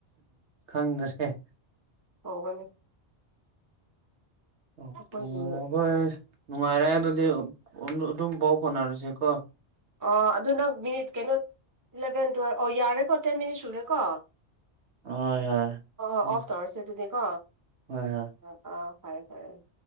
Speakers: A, on the right (about 80°); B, on the right (about 20°).
A: ꯈꯪꯗ꯭ꯔꯦ
B: ꯀꯧꯕꯅꯦ
A: ꯑꯣꯀꯦ
B: ꯑꯩꯈꯣꯏꯒꯤ
A: <unintelligible> ꯅꯨꯡꯉꯥꯏꯔꯦ ꯑꯗꯨꯗꯤ ꯀꯣꯟ ꯗꯨ ꯑꯗꯨꯝ ꯄꯥꯎ ꯐꯥꯎꯅꯔꯁꯦ ꯀꯣ
B: ꯑ ꯑꯗꯨ ꯅꯪ ꯃꯤꯅꯤꯠ ꯀꯩꯅꯣ ꯏꯂꯚꯦꯟ ꯇꯨꯌꯦꯜꯐ ꯑꯣ ꯌꯥꯔꯦꯀꯣ ꯇꯦꯟ ꯃꯤꯅꯤꯠ ꯁꯨꯔꯦꯀꯣ
A: ꯍꯣꯏ ꯍꯣꯏ
B: ꯑꯣꯐ ꯇꯧꯔꯁꯦ ꯑꯗꯨꯗꯤꯀꯣ
A: ꯍꯣꯏ ꯍꯣꯏ
B: ꯑ ꯐꯔꯦ ꯐꯔꯦ